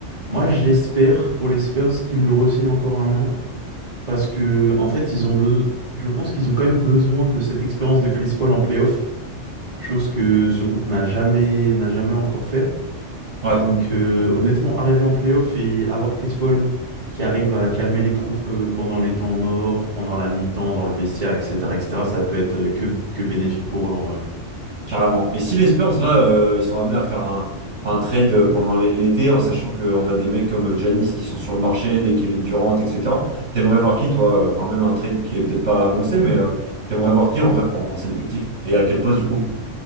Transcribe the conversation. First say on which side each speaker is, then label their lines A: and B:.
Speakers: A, on the right (about 30°); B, on the right (about 65°).
A: Moi, j'espère pour les Spurs qu'ils le re encore un an parce que en fait, ils ont be- je pense qu'ils ont quand même besoin de cette expérience de Chris Paul en playoff, chose que ce groupe n'a jamais n'a jamais encore fait.
B: Ouais.
A: Donc euh, honnêtement, arriver en playoff et avoir Chris Paul qui arrive à calmer les troupes euh, pendant les temps morts, pendant la mi-temps dans le vestiaire, etc., etc., ça peut être euh, que, que bénéfique pour eux en vrai.
B: Carrément. Et si les Spurs, là, euh, ils sont amenés à faire un, un trade pendant l'é- l'été, en sachant qu'on a des mecs comme Giannis qui sont sur le marché, des Kevin Durant, etc. T'aimerais voir qui, toi? Enfin, même un trade qui est peut-être pas annoncé, mais euh, t'aimerais voir qui en vrai pour renforcer l'effectif? Et à quel poste, du coup?